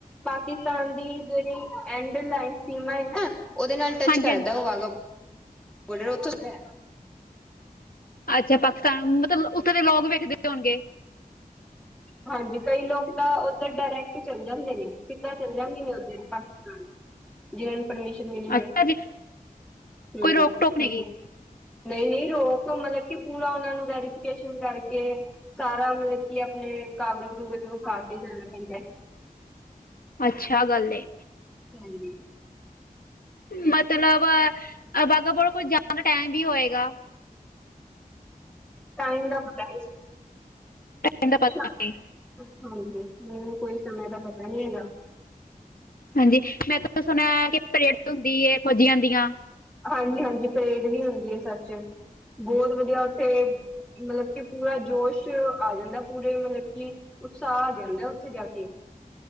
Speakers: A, in the centre; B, on the left.
A: ਪਾਕਿਸਤਾਨ ਦੀ ਜਿਹੜੀ ਐਂਡ ਲਾਇਨ ਸੀਮਾ ਏ ਨਾ ਉਹਦੇ ਨਾਲ ਟੱਚ
B: ਹਾਂਜੀ
A: ਕਰਦਾ
B: ਹਾਂਜੀ
A: ਓ ਵਾਗਾ ਬੋਡਰ ਉੱਥੋਂ ਸੀ ਧੈ।
B: ਅੱਛਾ ਪਾਕਿਸਤਾਨ ਮਤਲਬ ਉੱਥੇ ਦੇ ਲੋਕ ਵੇਖਦੇ ਹੋਣਗੇ।
A: ਹਾਂਜੀ ਕਈ ਲੋਕ ਤਾਂ ਉੱਧਰ ਡਾਇਰੈਕਟ ਚੱਲ ਜਾਂਦੇ ਨੇ ਸਿੱਧਾਂ ਚੱਲ ਜਾਂਦੇ ਨੇ ਉੱਧਰ ਪਾਕਿਸ
B: <inaudible>
A: ਜਿਵੇ ਉਣ ਪਰਮਿਸ਼ਨ ਮਿਲੀ ਉਵੇ,
B: ਅੱਛਾ ਜੀ
A: ਹੂੰ
B: ਕੋਈ ਰੋਕ ਟੋਕ ਨਹੀਂ
A: ਹਾਂਜੀ
B: ਗਈ
A: ਨਈ ਨਈ ਰੋਕ ਮਤਲਬ ਕਿ ਪੂਰਾ ਉਹਨਾਂ ਨੂੰ ਵੈਰੀਫਿਕੇਸ਼ਨ ਕਰਕੇ ਕਾਰਾ ਮਤਲਬ ਕੀ ਆਪਣੇ ਕਾਗਜ਼ ਕੁੂਗਜ ਵਖਾ ਕੇ ਜਾਣਾ ਪੈਂਦਾ ਐ।
B: ਅੱਛਾ ਗੱਲ ਏ।
A: ਹਾਂਜੀ।
B: ਮਤਲਬ ਆਹ ਬਾਗਾ ਬੋਡਰ ਕੋਲ ਜਾਣ ਦਾ ਟਾਈਮ ਵੀ ਹੋਏਗਾ।
A: ਟਾਇਮ ਦਾ ਪਤਾ ਨੀ।
B: ਏਡਾ
A: ਸ਼ਾ
B: ਪ ਤਾ ਨੀ।
A: ਹਾਂਜੀ ਮੈਨੂੰ ਕੋਈ ਸਮੇਂ ਦਾ ਪਤਾ ਨੀ ਹੈਗਾ।
B: ਹਾਂਜੀ ਮੈਂ ਤਾਂ ਸੁਣਿਆ ਕਿ ਪਰੇਡ ਹੁੰਦੀ ਏ ਫੌਜੀਆਂ ਦੀਆਂ।
A: ਹਾਂਜੀ ਹਾਂਜੀ ਪਰੇਡ ਵੀ ਹੁੰਦੀ ਏ ਸੱਚ ਬੋਅਤ ਵਧੀਆ ਉੱਥੇ ਮਤਲਬ ਕਿ ਪੂਰਾ ਜੋਸ਼ ਆ ਜਾਂਦਾ ਪੂਰੇ ਮਤਲਬ ਕਿ ਉਤਸ਼ਾਹ ਆ ਜਾਂਦਾ ਉੱਥੇ ਜਾ ਕੇ।